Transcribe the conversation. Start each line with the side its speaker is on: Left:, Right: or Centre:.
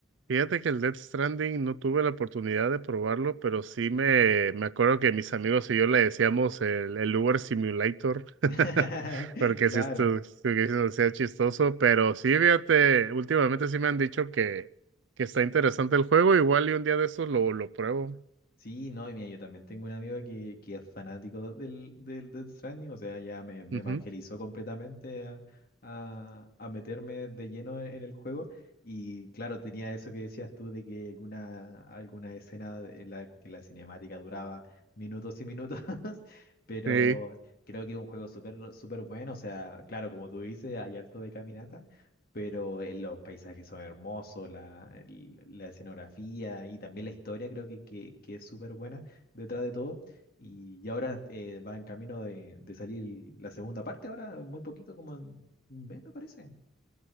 Right: Fíjate que el Death Stranding no tuve la oportunidad de probarlo, pero sí me, me acuerdo que mis amigos y yo le decíamos el, el Uber Simulator, <laughs>
Left: <laughs>
Right: porque
Left: Claro.
Right: sí esto sí que eso sea chistoso, pero sí, fíjate, últimamente sí me han dicho que, que está interesante el juego, igual y un día de estos lo, lo pruebo.
Left: Sí, no, y mira, yo también tengo un amigo que, que es fanático del, del Death Stranding, o sea, ya me, me
Right: Ujú,
Left: evangelizó completamente a, a- a meterme de lleno en el juego. Y claro, tenía eso que decías tú de que alguna, alguna escena en la que la cinemática duraba minutos y minutos, <laughs> pero
Right: sí,
Left: creo que es un juego súper súper bueno, o sea, claro, como tú dices, hay harto de caminata pero eh, los paisajes son hermosos, la, el- la escenografía y también la historia creo que, que, que es súper buena detrás de todo. Y, y ahora eh, va en camino de, de salir la segunda parte, ahora muy poquito, como en un mes me parece.